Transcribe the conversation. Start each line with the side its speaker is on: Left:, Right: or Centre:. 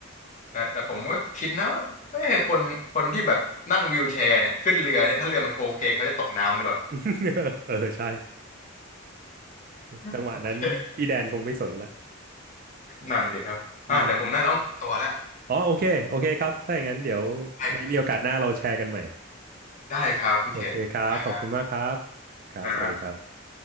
Left: แต่แต่ผมก็คิดนะว่าเอ้ยคนคนที่แบบนั่งวีลแชร์เนี่ยขึ้นเรือเนี่ยถ้าเรือมันโค้งเคงเขาจะตกน้ำหรือเปล่า
Right: <laughs> เออใช่
Left: <laughs>
Right: จังหวะนั้นพี่แดนคงไม่สนละ
Left: โอเคนั่นสิครับอ่าเดี๋ยวผมน่าจะต้องขอตัวแล้ว
Right: อืมอ๋อโอเคโอเคครับ ถ้าอย่างนั้นเดี๋ยวไว้มีโอกาสหน้าเราแชร์กันใหม่
Left: ไปได้ครับคุณเชนค
Right: โอเคครับ ขอบคุณมากครับครับสวัสดีครับ
Left: รับ